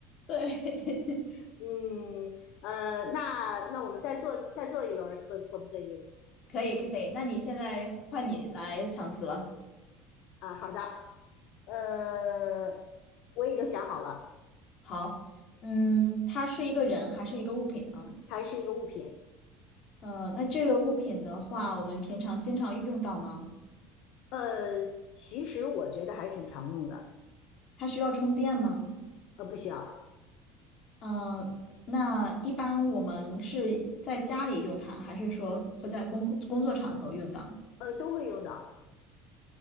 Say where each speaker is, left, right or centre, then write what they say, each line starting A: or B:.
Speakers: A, on the left; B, on the left.
A: 对，
B: <laughs> 嗯呃，那那我们再做再做一轮，可可不可以？
A: <laughs> 可以可以。那你现在换你来想词了。
B: 啊，好的，呃，我已经想好了，
A: 好，嗯，它是一个人还是一个物品呢？
B: 它是一个物品，
A: 呃，那这个物品的话，我们平常经常用到吗？
B: 呃，其实我觉得还挺常用的，
A: 它需要充电吗？
B: 呃，不需要，
A: 嗯，那一般我们是在家里用它，还是说会在工工作场合用到？
B: 呃，都会用到，